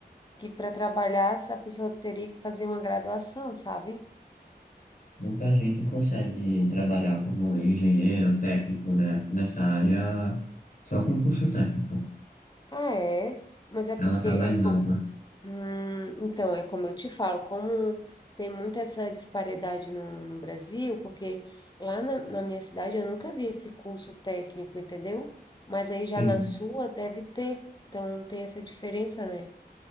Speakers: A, on the left; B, on the left.
A: que para trabalhar essa pessoa teria que fazer uma graduação, sabe?
B: Muita gente consegue trabalhar como engenheiro técnico, né? Nessa área só com curso técnico.
A: Ah, é? Mas é porque
B: Ela tá
A: é
B: mais
A: com...
B: ampla.
A: Hum, então, é como eu te falo, como tem muita essa disparidade no, no Brasil, porque lá na, na minha cidade eu nunca vi esse curso técnico, entendeu? Mas aí já
B: Sim.
A: na sua deve ter. Então tem essa diferença, né?